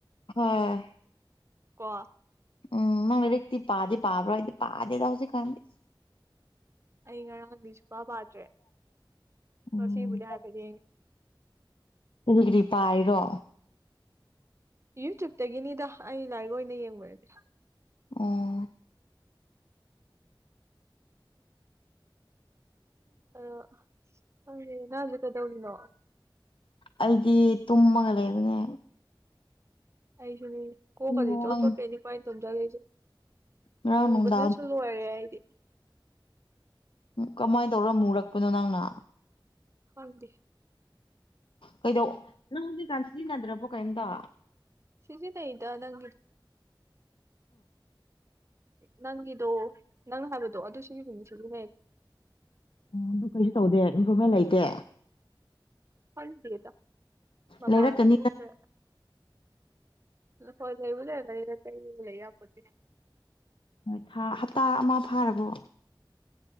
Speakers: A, on the left (about 80°); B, on the right (about 30°).
A: ꯍꯣꯏ
B: ꯀꯣ
A: ꯎꯝ ꯅꯪ ꯂꯩꯔꯤꯛꯇꯤ ꯄꯥꯗꯤ ꯄꯥꯕ꯭ꯔꯥ ꯍꯥꯏꯗꯤ ꯄꯥꯗꯦꯗ ꯍꯧꯖꯤꯛ ꯀꯥꯟꯗꯤ
B: ꯑꯩ ꯉꯔꯥꯡꯗꯤ ꯁꯨꯄꯥ ꯄꯥꯗ꯭ꯔꯦ
A: ꯎꯝ
B: ꯉꯁꯤꯕꯨꯗꯤ ꯍꯥꯏꯐꯦꯠ ꯌꯦꯡꯉꯦ
A: ꯀꯔꯤ ꯀꯔꯤ ꯄꯥꯏꯔꯤꯔꯣ
B: ꯌꯨꯇ꯭ꯨꯕꯇꯒꯤꯅꯤꯗ ꯑꯩ ꯂꯥꯏꯔꯤꯛ ꯑꯣꯏꯅ ꯌꯦꯡꯕ ꯅꯠꯇꯦ
A: ꯑꯣ
B: ꯑꯥ ꯈꯪꯗꯦ ꯅꯪ ꯍꯧꯖꯤꯛ ꯀꯩꯗꯧꯔꯤꯅꯣ
A: ꯑꯩꯗꯤ ꯇꯨꯝꯃꯒ ꯂꯩꯕꯅꯦ
B: ꯑꯩꯁꯨ ꯅꯤ ꯀꯣꯛꯀꯁꯦ
A: ꯉꯔꯥꯡ
B: ꯆꯣ ꯆꯣꯇ ꯈꯩꯅꯤꯀꯣ ꯑꯩꯅ ꯇꯨꯝꯖꯜꯂꯤꯁꯦ
A: ꯉꯔꯥꯡ
B: ꯃꯨꯕꯅꯁꯨ
A: ꯅꯨꯡꯗꯥꯡ
B: ꯂꯣꯏꯔꯦ ꯑꯩꯗꯤ
A: ꯀꯃꯥꯏꯅ ꯇꯧꯔ ꯃꯨꯔꯛꯄꯅꯣ ꯅꯪꯅ
B: ꯈꯪꯗꯦ
A: ꯀꯩꯗꯧ ꯅꯪ ꯍꯧꯖꯤꯛꯀꯥꯟ ꯁꯤꯖꯤꯟꯅꯗ꯭ꯔꯕꯣ ꯀꯩꯝꯇ
B: ꯁꯤꯖꯤꯟ ꯅꯩꯗ ꯅꯪꯒꯤ ꯅꯪꯒꯤꯗꯣ ꯅꯪ ꯍꯥꯏꯕꯗꯣ ꯑꯗꯨꯁꯤꯕꯨꯗꯤ ꯁꯤꯖꯤꯟꯅꯩ
A: ꯑꯣ ꯑꯗꯨ ꯀꯩꯁꯨ ꯇꯧꯗꯦ ꯏꯝꯄ꯭ꯔꯨꯚꯃꯦꯟ ꯂꯩꯇꯦ
B: ꯍꯜꯗꯦꯗ ꯃꯄꯥꯟꯒ
A: ꯂꯩꯔꯛꯀꯅꯤꯗ
B: ꯊꯣꯛꯇ꯭ꯔꯦ ꯂꯐꯣꯏ ꯂꯩꯕ ꯂꯩꯔꯝꯒꯅꯤꯗ ꯇꯗꯅ ꯂꯩ ꯌꯥꯄꯣꯇꯦ
A: ꯃꯊꯥ ꯍꯞꯇꯥ ꯑꯃ ꯐꯥꯔꯕꯣ